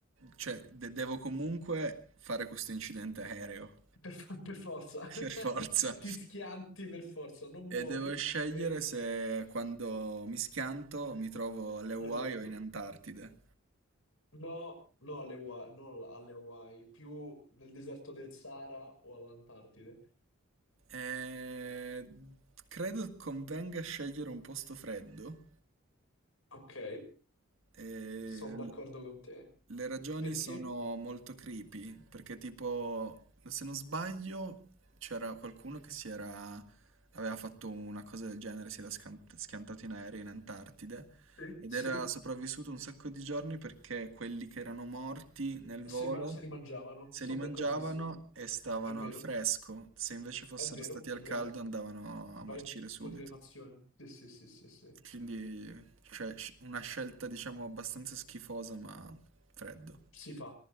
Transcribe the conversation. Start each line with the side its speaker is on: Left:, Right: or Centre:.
Right: Cioè, de- devo comunque fare questo incidente aereo,
Left: Per, fa- per forza,
Right: <laughs>
Left: <laughs>
Right: per forza.
Left: ti schianti per forza, non
Right: E
Left: muori.
Right: devo scegliere
Left: eh,
Right: se quando mi schianto mi trovo alle Hawaii
Left: Esatto.
Right: o in Antartide.
Left: No, no alle Hawaii, non alle Hawaii, più nel deserto del Sahara o all'Antartide.
Right: E... Credo convenga scegliere un posto freddo.
Left: Ok,
Right: E...
Left: sono d'accordo
Right: l-
Left: con te.
Right: Le ragioni
Left: Perché?
Right: sono molto creepy, perché tipo, se non sbaglio, c'era qualcuno che si era... aveva fatto una cosa del genere, si era scan- schiantato in aereo in Antartide
Left: Sì.
Right: ed
Left: Se,
Right: era sopravvissuto un sacco di giorni perché quelli che erano morti nel volo
Left: se, ma- se li mangiavano,
Right: Se
Left: sono
Right: li mangiavano
Left: d'accordissimo.
Right: e stavano
Left: È vero,
Right: al fresco, se invece fossero
Left: è vero,
Right: stati
Left: è
Right: al
Left: vero.
Right: caldo andavano
Left: Vai
Right: a marcire
Left: in
Right: subito.
Left: putrefazione. Sì, sì, sì, sì, sì.
Right: Quindi, cioè, sc- una scelta diciamo abbastanza schifosa, ma freddo.
Left: Si fa,